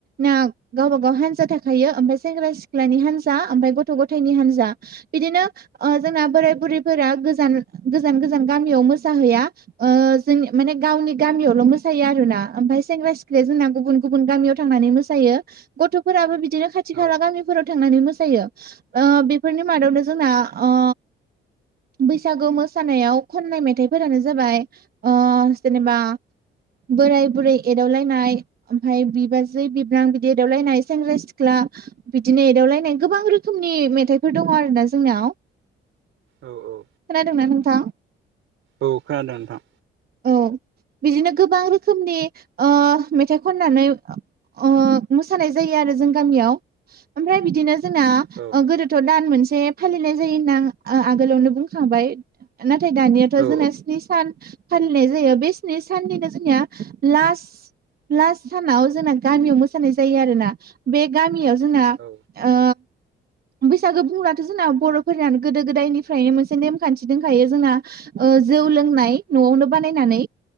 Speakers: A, on the right; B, on the right.
A: ना गावबा गाव हान्जा थाखायो मफ्राय सेंग्रा सिख्लानि हा हानजा ओमफाय गथ' गथाइनि हानजा बिदिनो ओ जोंना बोराय बुरिफोरा गोजान गोजान गोजान गोजान गामियाव मोसाहैया ओ जों माने गावनि गामियावल मोसायो आरोना ओमफ्राय सेंग्रा सिख्लाया जोंना गुबुन गुबुन गामियाव थांना नै मोसायो गथ'फोराबो बिदिनो खाथि
B: औ
A: खाला गामिफोराव थांनानै मोसायो ओ बेफोरनि मादावनो जोंना ओ बैसागो मोसानायाव खननाय मेथाइफोरानो जाबाय ओ जेनेबा बोराय बुरै एदावलायनाय ओमफ्राय बिबाजै बिब्रां बिदि एदावलायनाय सेंग्रा सिख्ला बिदिनो एदावलायनाय गोबां रोखोमनि मेथाइफोर दङ आरोोना जोंनाव
B: औ औ
A: खोना दोंना नोंथां
B: औ खोनादों नोंथां
A: औ बिदिनो गोबां रोखोमनि मेथाइ खननानै अ मोसानाय जायो आरो जों गामियाव ओमफ्राय बिदिनो जोंना
B: औ
A: गोदोथ दान मोनसे फालिनाय जायो होनना आ आगोलावनो बुंखांबाय न थाय दानियाथ
B: औ
A: जोंना स्नि सान फालिनाय जायो बेसिनि सानदिनो जोंनिया लास लास्ट सानाव जोंना गामियाव मोसानाय जायो आरोना बे गामियाव जोंना
B: औ
A: ओ बैसागो बुब्लाथ जोंना बर'फोरानो गोदो गोदायनिफ्रायनो मोनसे नेमखान्थि दंखायो जोंना जौ लनाय नवावनो बनायनानै